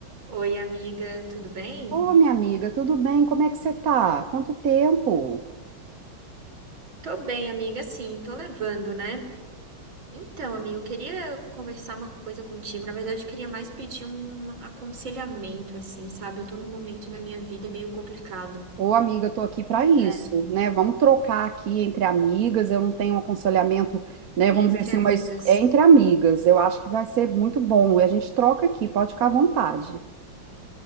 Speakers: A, on the right (about 70°); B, on the right (about 55°).
A: Oi, amiga, tudo bem?
B: Ô, minha amiga, tudo bem? Como é que você tá? Quanto tempo?
A: Tô bem, amiga, sim, tô levando, né? Então, amiga, eu queria conversar uma coisa contigo. Na verdade, eu queria mais pedir um aconselhamento, assim, sabe? Eu tô num momento da minha vida meio complicado,
B: Ô, amiga, tô aqui para isso,
A: é,
B: né? Vamos trocar aqui entre amigas. Eu não tenho um aconselhamento, né? Vamos
A: entre
B: dizer assim,
A: amigas.
B: mas é entre amigas. Eu acho que vai ser muito bom. E a gente troca aqui, pode ficar à vontade.